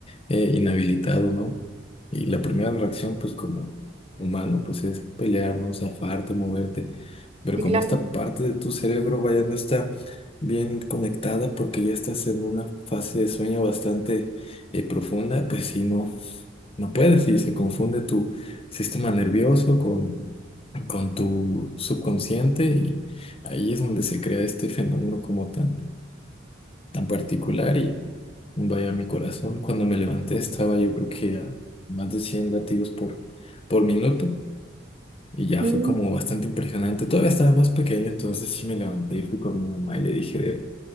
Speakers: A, on the left; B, on the right.
A: eh, inhabilitado, ¿no? Y la primera reacción pues como humano pues es pelearnos, zafarte, moverte, pero
B: Sí,
A: como
B: claro.
A: esta parte de tu cerebro vaya no está bien conectada porque ya estás en una fase de sueño bastante eh, profunda, pues si no, no puedes y se confunde tu sistema nervioso con tu subconsciente y ahí es donde se crea este fenómeno como tan, tan particular y vaya mi corazón, cuando me levanté estaba yo creo que a más de 100 latidos por, por minuto y ya
B: Sí.
A: fue como bastante impresionante, todavía estaba más pequeño, entonces sí me levanté y fui con mi mamá y le dije de,